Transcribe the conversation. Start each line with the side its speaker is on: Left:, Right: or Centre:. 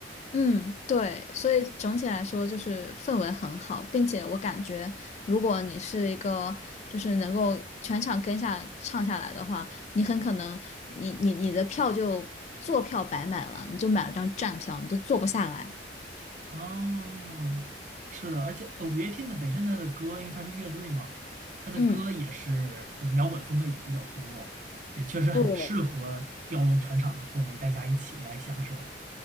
Left: 嗯，对，所以整体来说就是氛围很好，并且我感觉，如果你是一个就是能够全场跟下唱下来的话，你很可能你你你的票就坐票白买了，你就买了张站票，你都坐不下来。
Right: 哦，是的，而且呃，五月天的本身他的歌，因为他是乐队嘛，他的歌也是可能摇滚风格也比较多，
Left: 嗯。
Right: 也确实很适合调动全场的氛围，
Left: 对，
Right: 大家一起来享受。